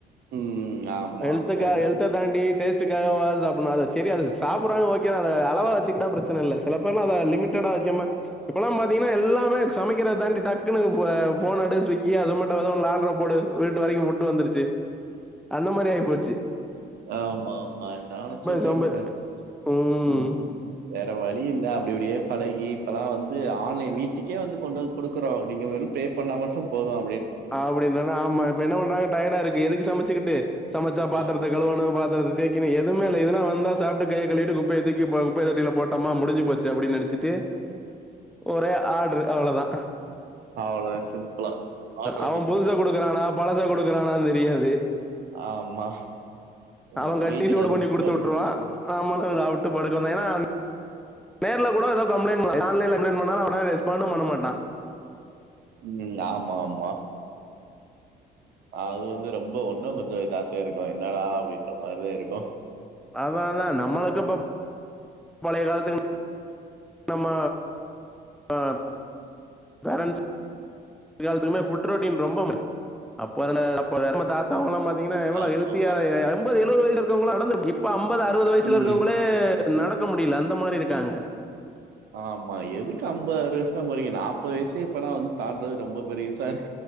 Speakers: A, on the right (about 65°); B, in the centre.
A: ம் ஆமா
B: ஹெல்த்துக்கு
A: வேறச்சு
B: ஹெல்த தாண்டி டேஸ்டக்காகவாது சாப்பிடனு அது செரி அத சாப்புடுறாங்க ஓகே அத அளவா வெச்சுகிட்டா பிரச்சன இல்ல சிலபேர்லா அத லிமிடட்டா வெக்காம இப்பெல்லாம் பாத்தீங்கன்னா எல்லா ப்ப சமைக்கிறத தாண்டி டக்குனுப்ப போனெடு ஸ்விக்கி அ ஸொமேட்டோவா எதோவொன்ல ஆடர போடு வீட்டு வரைக்கும் புட்டு வந்துருச்சு அந்த மாரி ஆயிபோச்சு
A: ஆமா ஆமா என்னா அலச்சல்றீங்க
B: சோம்பேறி ம்
A: உம் வேற வழி இல்ல அப்டிப் அப்டியே பழகி இப்பெல்லா வந்து ஆன்லைன் வீட்டுக்கே வந்து கொண்டு வந் குடுக்குறோ நீங்க வெறும் பே பண்ணா மட்டும் போதும்
B: அப்டின்றனா ஆமா இப்ப என்ன பண்றாங்க டயர்டா இருக்கு எதுக்கு சமச்சுக்கிட்டு சமச்சா பாத்திரத்த
A: ஆமா
B: கழுவணு பத்திரத்த தேய்க்கிற எதுவுமே இல்ல இதுனா வந்தா சாப்ட்டு கைய கழுவிட்டு குப்பையை தூக்கி இப்ப குப்பை தொட்டில போட்டமா முடிஞ்சு போச்சு அப்டின்னு நெனச்சிட்டு ஒரே ஆர்டரு அவ்ளோதா
A: அவள சிம்ப்ளா பாட்ட
B: அவ புதுச குடுக்குறானா பழச குடுக்குறானானு தெரியாது
A: ஆமா ம்.
B: அவ கட்டி
A: வீட்டுக்கு
B: சூடு
A: வந்துருச்சு
B: பண்ணி குடுத்து
A: அப்டியே
B: உட்ருவா நம்மளு சாப்ட்டு படுக்கணு ஏனா நேர்ல கூட ஏதோ கம்ப்ளைண்ட் பண்லா ஆன்லைன்ல கம்ப்ளைண்ட் பண்ணாலு உடனே ரெஸ்பாண்டு பண்ண மாட்டா
A: ம் ஆமா ஆமா அது வந்து ரொம் ப ஒன்னு கொஞ்ச இதாத்தா இருக் கு என்னடா அப்டின்ற மாரிதா இருக்கு
B: அதா அதா நம்மளுக்கு இப்ப பழைய காலத்துக்கு நம்ம ஆ பேரண்ட்ஸ் எல்லாத்துக்குமே ஃபுட் ரொட்டின் ரொம்ப முக்கிய அப்ப இருந்த அப்ப இருந்த தாத்தாவங்களா பாத்தி ங்னா எவ்ளோ
A: ஆமா
B: ஹெல்த்தியா
A: ஆமா
B: எம்பது எழுவது வயசு இருக்கவங்ளா நடந்து இப்ப அம் பது அறுபது வயசுல
A: ம்
B: இருக்கவங்களே நடக் க முடியல அந்த மாரி இருக்காங்க
A: ஆமா எதுக்கு அம்பது அறுது வயசுலா போறிங்க நாப்பது வயசுலயே இப்பலா வந்து தாண்றது ரொம்ப பெரிசா இருக்